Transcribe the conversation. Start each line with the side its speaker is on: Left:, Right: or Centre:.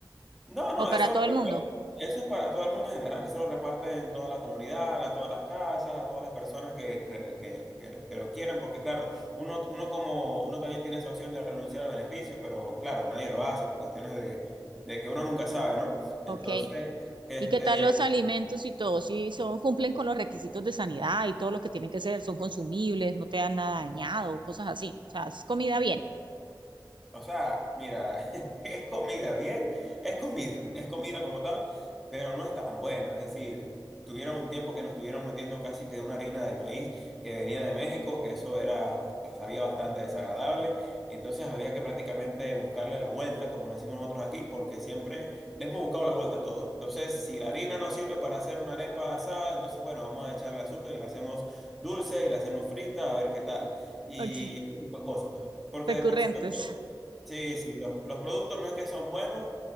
Centre: No, no,
Right: O para
Centre: eso,
Right: todo
Centre: lo repar-
Right: el mundo.
Centre: eso es para todo el mundo en general, eso lo reparten en toda la comunidad, a todas las casas, a todas las personas que, que, que- que- que lo quieren, porque claro, uno, uno como uno también tiene esa opción de renunciar al beneficio, pero claro, nadie lo hace por cuestiones de, de que uno nunca sabe, ¿no? Entonces,
Right: Ok,
Centre: este,
Right: ¿Y qué tal los alimentos y todo? Si son, cumplen con los requisitos de sanidad y todo lo que tienen que ser, son consumibles, no te dan nada dañado, cosas así. O sea, es comida bien.
Centre: O sea, mira, <laughs> es comida, bien, es comida, es comida como tal, pero no es tan buena. Es decir, tuvieron un tiempo que nos estuvieron metiendo casi que una harina de maíz que venía de México, que eso era, bast- sabía bastante desagradable, y entonces había que prácticamente buscarle la vuelta, como lo decimos nosotros aquí, porque siempre le hemos buscado la vuelta a todo. Entonces, si la harina no sirve para hacer una arepa asada, entonces bueno, vamos a echarle azúcar y la hacemos dulce y la hacemos frita, a ver qué tal. Y
Right: Ok,
Centre: ese tipo de cosas, pues. Porque
Right: recurrentes.
Centre: de por sí los productos Sí, sí, los, los productos no es que son buenos,